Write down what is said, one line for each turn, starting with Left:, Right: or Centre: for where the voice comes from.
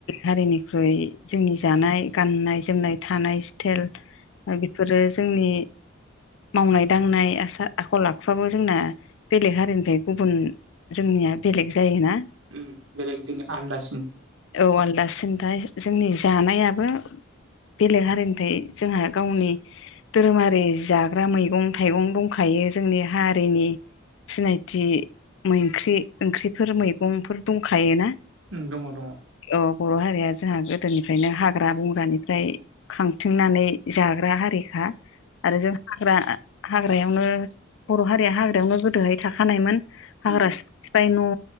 Left: हारिनिख्रुइ जोंनि जानाय गाननाय जोमनाय थानाय स्टाइल बेफोरो जोंनि मावनाय दांनाय आसार आखल आखुवाबो जोंना बेलेग हारिनिफ्राय गुबुन जोंनिया बेलेग जायोना
Right: उम बेलेग जोंनि आलदासिन
Left: औ आलदासिनथा जोंनि जानायाबो बेलेग हारिनिफ्राय जोंहा गावनि दोरोडा़रि जाग्रा मैगं थाइगं दंखायो जोंनि हारिनि सिनायथि ओंख्रि ओंख्रिफोर मैगंफोर दंखायोना
Right: दङ दङ
Left: अ बर' हारिया जोंहा गोदोनिफ्रायनो हाग्रा बंग्रानिफ्राय खांथिंनानै जाग्रा हारिखा आरो जों हाग्रा हाग्रायावनो बर' हारिया हाग्रायावनो गोदोहाय थाखानायमोन आरो
Right: उम
Left: हाग्रा सिफाइ न